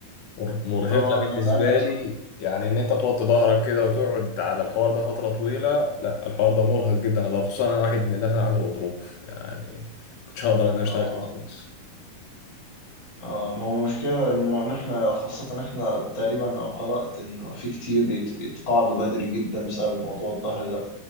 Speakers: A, on the left; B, on the left.
A: مر- مرهقه
B: هو
A: بالنسبه
B: ده ده ده
A: لي يعني ان انت توطي ظهرك كده وتقعد على الحوار ده فتره طويله لا الحوار ده مرهق جدا ده خصوصا انا واحد من الناس اللي عنده غضروف يعني كنتش هقدر ان انا اشتغل
B: اه
A: كده خالص
B: اه ما هو المشكلة انه إن احنا خاصة احنا تقريبا أنا قرأت انه في كتير بيت بيتقاعدوا بدري جدا بسبب موضوع الظهر ده